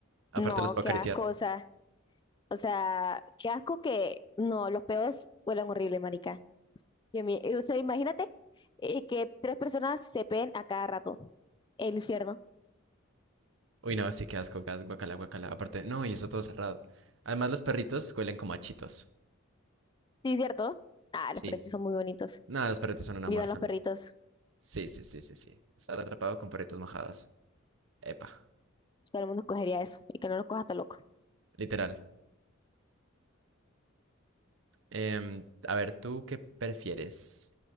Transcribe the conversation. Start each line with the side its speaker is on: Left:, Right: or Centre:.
Right: Aparte
Left: No,
Right: los puedo
Left: qué
Right: acariciar.
Left: asco, o sea, o sea, qué asco que, no, los peos huelen horrible, marica. Y a mí- o sea, imagínate eh, que tres personas se peen a cada rato. El infierno.
Right: Uy, no, sí, qué asco, gas, guacala, guacala. Aparte, no, y eso todo cerrado. Además, los perritos huelen como a chitos.
Left: Sí, ¿cierto? Ah, los
Right: Sí.
Left: perritos son muy bonitos.
Right: No, los perritos son un amor,
Left: Vivan
Right: son...
Left: los perritos.
Right: Sí, sí, sí, sí, sí. Estar atrapado con perritos mojados. Epa,
Left: Todo el mundo escogería eso y que no lo cojas tan loco.
Right: literal. Em, a ver, ¿tú qué prefieres?